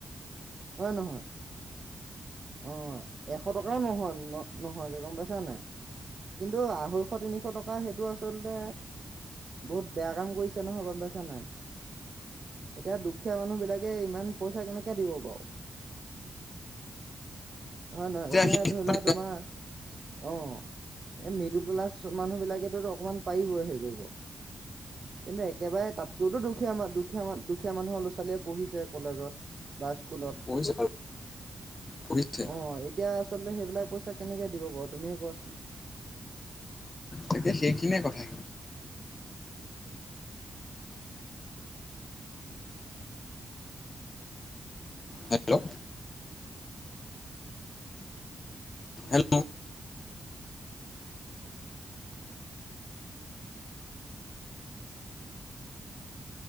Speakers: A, on the right; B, on the left.
A: হয় নহয়। অঁ এশ টকাওঁ নহয় ন নহয়গে গম পাইছা নাই কিন্তু ন্ত আহো এশ তিনিশ টকা সেইটো আচলতে বহুত বেয়া কাম কৰিছে নহয় গম পাইছা নাই এতিয়া দুখীয়া মানুহবিলাকে ইমান পইচা কেনেকৈ দিব বাৰু হয় নহয় এতিয়া
B: সেই
A: ধৰি
B: এটা
A: লোৱা তোমাৰ অ এ মৃদু তলা মানুহ বিলাকে অকণমান পাৰিবই হেৰি কৰিব কিন্তু একেবাৰে তাতকৈওতো দুখীয়া দুখীয়া দুখীয়া মানুহৰ ল'ৰা ছোৱালীয়ে পঢ়িছে কলেজত বা স্কুলত
B: পঢ়িছে পঢ়িছে
A: অ এতিয়া আচলতে সেইবিলাক পইচা কেনেকে দিব বাৰু তুমিয়ে কোৱাচোন
B: তাকে সেইখিনিয়ে কথা হেল্ল' হেল্ল'